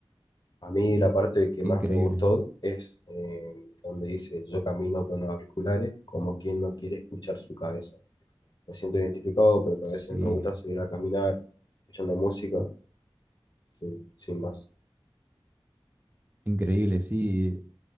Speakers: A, on the left (about 50°); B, on the right (about 20°).
A: A mí la parte que
B: Qué
A: más
B: increíble.
A: me gustó es eh, donde dice yo camino con auriculares como quien no quiere escuchar su cabeza. Me siento identificado porque
B: Sí,
A: a veces me gusta salir a caminar escuchando música sin, sin más.
B: increíble, sí.